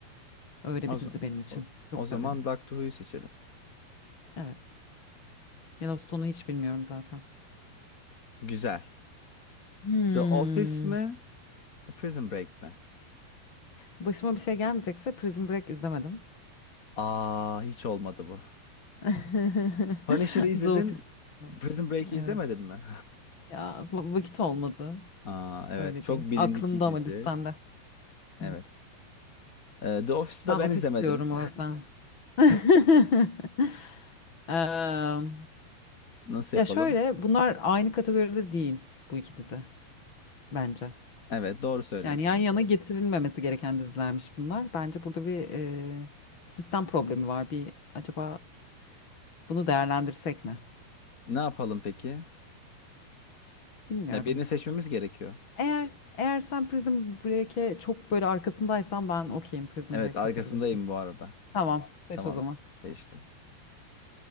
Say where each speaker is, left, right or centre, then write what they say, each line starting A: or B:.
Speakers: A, on the left; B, on the left.
A: Öyle
B: O,
A: bir
B: z-
A: dizi benim için.
B: o,
A: Çok
B: o
A: severim.
B: zaman Doctor Who'yu seçelim.
A: Evet. Yellowstone'u hiç bilmiyorum zaten.
B: Güzel.
A: Hmm.
B: The Office mi? Prison Break mi?
A: Başıma bir şey gelmeyecekse Prison Break izlemedim.
B: Aa hiç olmadı bu.
A: <laughs>
B: Punisher'ı izledin,
A: The Office izlemedim.
B: Prison Break'i
A: Evet.
B: izlemedin mi?
A: Ya va- vakit olmadı.
B: <laughs> Aa, evet,
A: Öyle
B: çok
A: diyeyim.
B: bilindik
A: Aklımda
B: bir dizi.
A: ama listemde.
B: Evet.
A: Evet.
B: Ee, The Office'ı
A: Ben
B: da ben
A: ofis
B: izlemedim.
A: diyorum o yüzden. <laughs> Eee,
B: <laughs> Nasıl
A: ya
B: yapalım?
A: şöyle bunlar aynı kategoride değil bu iki dizi bence.
B: Evet, doğru söylüyorsun.
A: Yani yan yana getirilmemesi gereken dizilermiş bunlar. Bence burada bir eee, sistem problemi var. Bir acaba bunu değerlendirsek mi?
B: Ne yapalım peki?
A: Bilmiyorum.
B: Ya birini seçmemiz gerekiyor.
A: Eğer eğer sen Prison Break'e çok böyle arkasındaysan ben okeyim Prison
B: Evet,
A: Break
B: arkasındayım
A: seçebilirsin.
B: bu arada.
A: Tamam, seç
B: Tamam,
A: o zaman.
B: seçtim.